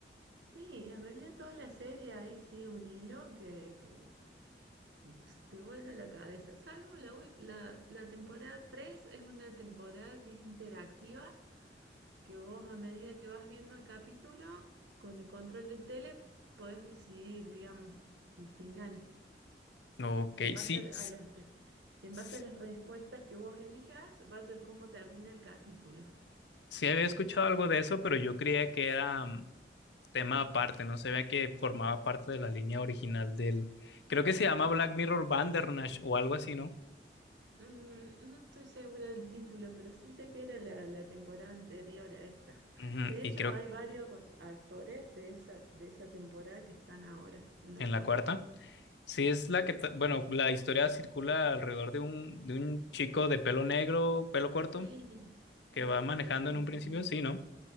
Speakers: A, on the right; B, on the left.
A: Sí, en realidad toda la serie ahí sí un hilo que, que <laughs> te vuela la cabeza. Salvo la, ul- la, la temporada 3 es una temporada que es interactiva, que vos a medida que vas viendo el capítulo, con el control del tele, podés decidir, digamos, el final.
B: Ok,
A: En base
B: sí,
A: a, la-
B: s-
A: a las, en
B: s-
A: base a las respuestas que vos elijas, va a ser cómo termina el capítulo.
B: sí, había escuchado algo de eso, pero yo creía que era mm, tema aparte, no se veía que formaba parte de la línea original del... Creo que se llama Black Mirror Bandersnatch o algo así, ¿no?
A: Mm, no estoy segura del título, pero sí sé que era la, la temporada anterior a esta.
B: Ujú,
A: De hecho,
B: Y creo
A: hay Ok. varios actores de esa, de esa temporada que están ahora, en la
B: en
A: cuatro.
B: la cuarta. Sí, es
A: Sí.
B: la que, ta- bueno, la historia circula alrededor de un, de un chico de pelo negro, pelo corto,
A: Sí,
B: que
A: sí,
B: va
A: sí,
B: manejando
A: sí, así
B: en un principio,
A: mismo.
B: sí, ¿no?